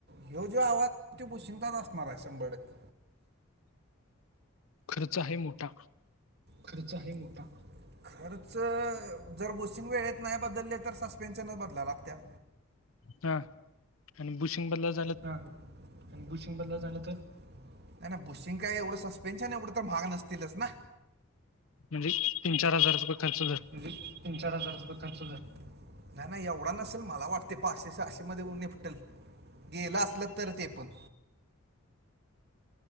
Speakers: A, on the right; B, on the left.
A: ह्यो जो आवाज तो बुशिंगंजाच असणार हाय शंभर टक्के.
B: खर्च आहे मोठा?
A: खर्च आहे मोठा? खर्च, जर बोसिंग वेळेत नाही बदलले तर सस्पेन्शनच बदलाय लागत्यात.
B: हा, आणि बुशिंग बदलायचं
A: हा, आणि बुशिंग बदलाय झालं तर? नाही, नाही बुशिंग काय एवढं सस्पेन्शन एवढं तर महाग नसतीलच ना.
B: म्हणजे तीन- चार हजार रुपय खर्च धर
A: हम, तीन -चार हजार रुपये खर्च धर. नाही, नाही एवढा नसेल, मला वाटतय पाचशे- सहाशे मध्ये निपटल. गेलं असल तर ते पण